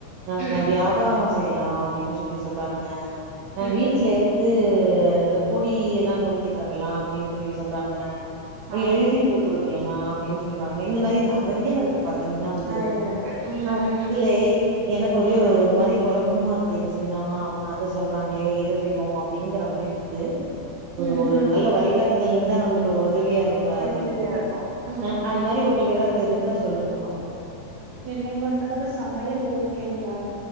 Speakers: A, on the right; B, on the right.
A: ஆஹ்
B: ம்
A: வியாபாரோ செய்யலா அப்டின்னு சொல்லி சொல்றாங்க அஹ்
B: ம்
A: வீட் வீட்ல இருந்து இந்த பொடி எல்லா நுனுக்கி தரலா அப்டின்னு சொல்லி சொல்றாங்க
B: ஆ
A: எழுதி பூ கொடுக்கலா அப்டின்னு சொல்றாங்க இந்த மாரி நெறயா இருக் பாத்தீங்ன்னா வந்து
B: நெறைய இருக்கு ம்
A: ஆஹ் அதில எனக்கு ஒரே ஒரு மாரி கொழப்பமா இருக் இத செய்யலாமா அவுங்க அத சொல்றாங்களே இதை செய்வோமா அப்டிங்கிற மாரி இருந்தது ஒரு
B: ம்
A: ஒரு
B: ம்
A: நல்ல வழிகாட்டுதல் இருந்தா நம்மளுக்கு ஒரு உதவியா இருக்கும்ல்ல அதா தோழி
B: ஈஸியா
A: வந்து
B: இருக்கு ம்
A: அஹ் அது
B: ம்
A: மாரி உங்களுக்கு எதாவ்து தெரிஞ்சா சொல்லுங்க பாப்போ
B: என்னய பொறுத்தளவு சமையல் ஓகேனு தோனு